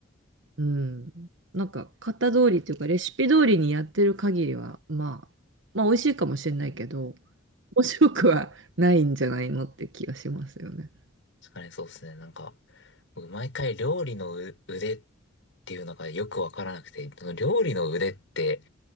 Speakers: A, on the right; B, on the left.
A: うん。なんか、型通りというか、レシピ通りにやってる限りは、まあ、まあ、美味しいかもしれないけど、面白くはないんじゃないのって気がしますよね。
B: 確かにそうですね。なんか、僕毎回料理のう腕っていうのがよくわからなくて、その料理の腕って